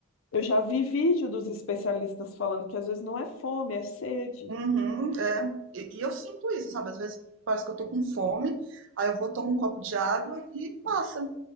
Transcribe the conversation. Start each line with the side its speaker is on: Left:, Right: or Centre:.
Left: Eu já vi vídeo dos especialistas falando que às vezes não é fome, é sede.
Right: Uhum, é. E, e eu sinto isso, sabe? Às vezes parece que eu tô com fome, aí eu vou tomo um copo de água e passa.